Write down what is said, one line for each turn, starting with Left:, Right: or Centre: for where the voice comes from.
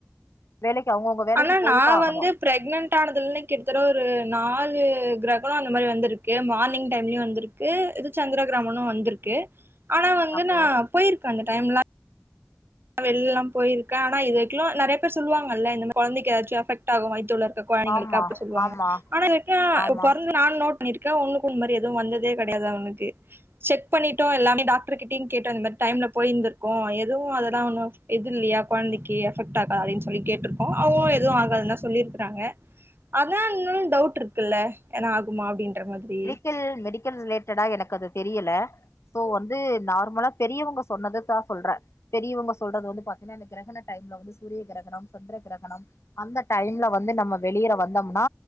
Left: வேலக்கு அவங்கவுங்க வேலக்கு
Right: ஆனா
Left: போயிதா
Right: நா
Left: ஆகணு
Right: வந்து பிரெக்னன்ட் ஆனதுன்ன கிட்டத்தட்ட ஒரு நாலு கிரகண அந்த மாரி வந்திருக்கு மார்னிங் டைம்லயு வந்திருக்கு இது சந்திரகிரகணமு வந்திருக்கு ஆனா வந்து
Left: ஓகே
Right: நா போயிருக்க அந்த டைம்லா நா வெளில லாம் போயிருக்க ஆனா இதுவரிக்கு நெறைய பேர் சொல்லுவாங்கல்ல இந்தமாரி கொழந்தக்கு ஏதாச்சு எபட் ஆகு வயித்துள்ள ருக்க கொழந்தங்களுக்கு
Left: ஆமா
Right: அப்டி சொல்லுவாங்க
Left: ஆமா
Right: ஆனாக்க
Left: ஆமா
Right: பொறந்த நா நோட் பண்ணிருக்க ஒன்னுக்கொன் இந் மாரி எதுவு வந்ததே கெடையாது அவனுக்கு செக் பண்ணிட்டோ எல்லாமே டாக்டர்கிட்டயு கேட்டொ இந்த டைம்ல போயிருந்துருக்கோ எதுவு அது நான்னா எதில்லையா கொழந்தக்கி எஃபெக்ட் ஆகா அப்டினு சொல்லி கேட்டிருக்கோ அவங்களு எதுவு ஆகாதுன்தா சொல்லிருக்குறாங்க அதா இன்னு டவுட் இருக்குல்ல ஏனா ஆகுமா அப்டின்ற மாரி
Left: ல் மெடிக் கல் ரிலேட்டடா எனக்கு அது தெரியல சோ வந்து நார்மலா பெரியவங்க சொன்னத தா சொல்றே பெரியவங்க சொல்றது வந்து பாத்தீன்னா எனக்கு கிரகண டைம்ல வந்து சூரிய கிரகணம் சந்திர கிரகணம் அந்த டைம்ல வந்து நம்ம வெளியில வந்தோம்னா